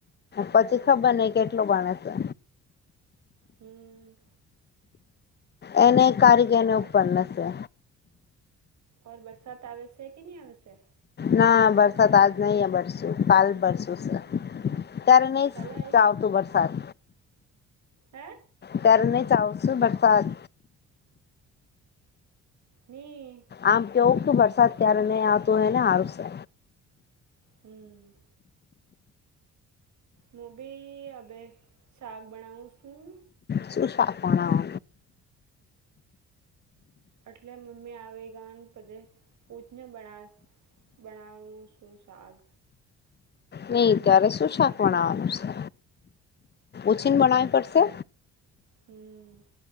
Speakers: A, on the right; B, on the left.
A: હા
B: પછી ખબર નહ કેટલું ગણે છે
A: હમ
B: એને કારીગરને
A: ઓર
B: ઉપર હશે
A: ઓર બરસાત આવે છે કે નહી આવે છે
B: ના બરસાત આજ નહીં હ બરસું પાાલ ભરસું સર ત્યારે નહી
A: કાલે આવી
B: ચ આવતું
A: છે
B: વરસાદ
A: હે
B: ત્યારે નહી ચ આવત સુ બરસાત
A: ની
B: આમ કેવું કે વરસાદ ક્યારે નહી આવતો હોય ને હારું છે
A: હમ મો બી હ શાક બનાવું શું
B: સુુંશ સાગ બનવા
A: એટલે મમ્મી આવે ગ પધે પૂછને બનાસ બનાઉું શું સાાગ
B: નહી ત્યારે શું શાક વણવાનું છે ઓછીને બણવી પડશે
A: હમ